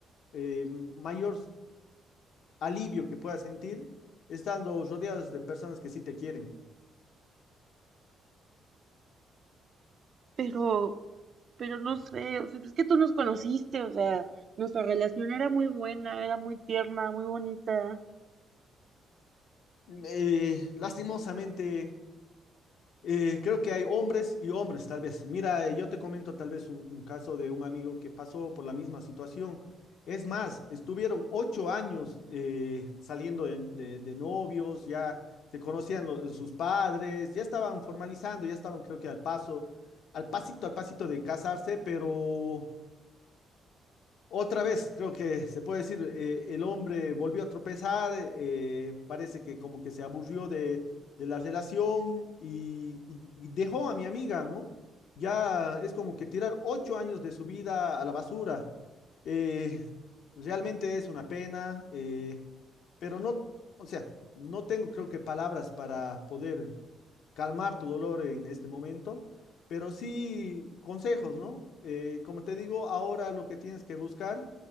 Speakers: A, on the left; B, on the right.
A: eh, mayor alivio que puedas sentir estando rodeados de personas que sí te quieren.
B: Pero pero no sé, o sea, es que tú nos conociste, o sea, nuestra relación era muy buena, era muy tierna, muy bonita.
A: Eh, lastimosamente. Eh, creo que hay hombres y hombres, tal vez. Mira, eh, yo te comento tal vez un, un caso de un amigo que pasó por la misma situación. Es más, estuvieron ocho años eh, saliendo de, de- de novios, ya se conocían lo- sus padres, ya estaban formalizando, ya estaban creo que al paso, al pasito, al pasito de casarse, pero otra vez, creo que se puede decir, eh, el hombre volvió a tropezar, eh, parece que como que se aburrió de, de la relación y, y- y dejó a mi amiga, ¿no? Ya es como que tirar ocho años de su vida a la basura. Eh, realmente es una pena, eh, pero no, o sea, no tengo creo que palabras para poder calmar tu dolor en este momento. Pero sí consejos, ¿no? Eh, como te digo, ahora lo que tienes que buscar